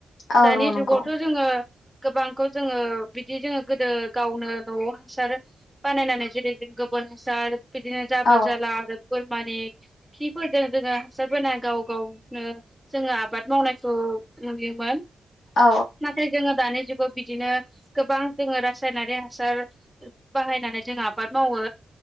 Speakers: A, on the left; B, in the centre.
A: औ
B: दानि
A: औ नंगौ
B: जुगावथ' जोङो गोबांखौ जोङो बिदि जोङो गोदो गावनो न'आव हासार बानायनानै जेरै गोबोर हासार बिदिनो जाबोर
A: औ
B: जालार बोरमानि खिफोरजों जोङो हासार बोना गाव गावनो जोङो आबाद मावनायखौ <unintelligible> नुयोमोन
A: औ
B: नाथाय जोङो दानि जुग गाव बिदिनो गोबां जोङो रासायनारि हासार बाहायनानै जों आबाद मावो